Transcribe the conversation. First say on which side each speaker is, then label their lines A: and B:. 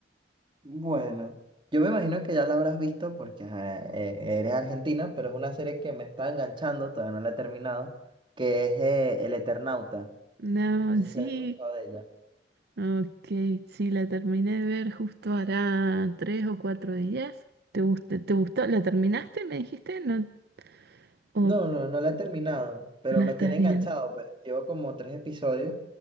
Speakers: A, on the right (about 30°); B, on the right (about 65°).
A: Bueno, yo me imagino que ya la habrás visto porque ajá, eh, eres argentina, pero es una serie que me está enganchando, todavía no la he terminado, que es eh, El Eternauta.
B: No,
A: No sé
B: sí.
A: si has escuchado de ella.
B: Ok, sí, la terminé de ver justo hará tres o cuatro días. ¿Te gustó? ¿Te gustó? ¿La terminaste, me dijiste? ¿No? ¿O
A: No, no, no la he terminado, pero
B: la
A: me
B: estás
A: tiene
B: viendo?
A: enganchado, pues llevo como tres episodios.